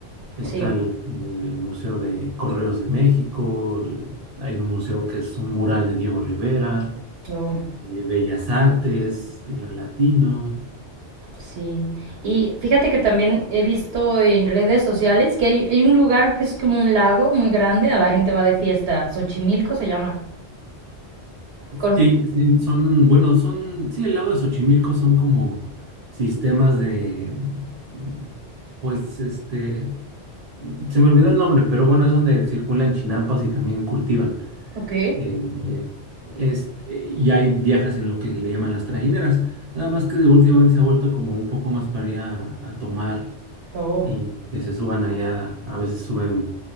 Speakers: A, on the right; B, on the right.
A: está
B: sí.
A: el, eh, Museo de Correos de México, el- hay un museo que es un mural de Diego Rivera,
B: Oh.
A: eh, Bellas Artes, la Latino.
B: Sí, y fíjate que también he visto en redes sociales que hay, hay un lugar que es como un lago muy grande, a la gente va de fiesta, Xochimilco se llama. Con...
A: Sí, sí, son, bueno, son, sí, el lago de Xochimilco son como sistemas de, mm, pues, este, se me olvidó el nombre, pero bueno, es donde circulan chinampas y también cultivan.
B: Ok,
A: eh, eh, este, y hay viajes en lo que le llaman las trajineras, nada más que últimamente se ha vuelto como un poco más para ir a, a tomar
B: oh,
A: y que se suban allá, a veces suben